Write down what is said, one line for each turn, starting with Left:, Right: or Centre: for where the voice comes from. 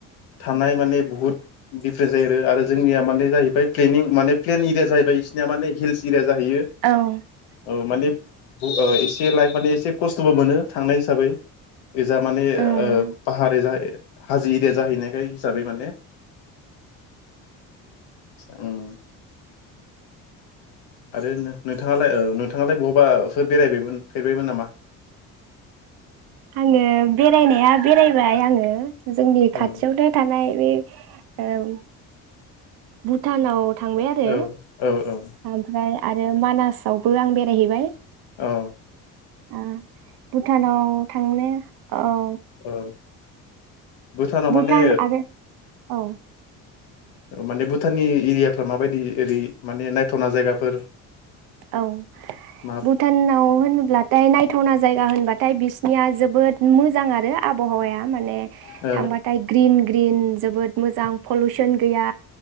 Left: थानाय माने बहुत दिफारेन्ट जायो आरो जोंनिया माने जाहैबाय फ्लेनिं माने प्लेन एरिया जाहैबाय इसिनिया माने हिल्स एरिया जाहैयो
Right: औ
Left: औ माने बु ओ एसे ला माने एसे खस्थबो मोनो थांनाय हिसाबै एजा माने
Right: औ उम
Left: पाहार हाजो एरिया जाहैनायखाय हिसाबै माने उम आरो नो नोंथां नोंथाङालाय ओ नोंथाङालाय बहाबा फोर बेरायबायमोन फेरबायमोन ना़मा?
Right: आङो बेरायनाया बेरायबाय आङो। जोंनि
Left: औ
Right: खाथियावनो थानाय बे ओम भुथानाव थांबाय आरो
Left: औ औ औ
Right: ओमफ्राय आरो मानासावबो आं बेरायहैबाय।
Left: औ
Right: आ भुथानाव थांनो औ
Left: औ भुटानाव
Right: भुटान
Left: माने
Right: आरो औ
Left: माने भुटाननि एरियाफ्रा माबायदि ओरै माने नायथावना जायगाफोर
Right: औ
Left: मा
Right: भुटानाव होनब्लाथाय नायथावना जायगा होनबाथाय बिसिनिया जोबोद मो जां आरो आबहावाया माने
Left: औ
Right: थांबाथाय ग्रिन ग्रिन जोबोद मोजां पलुसन गैया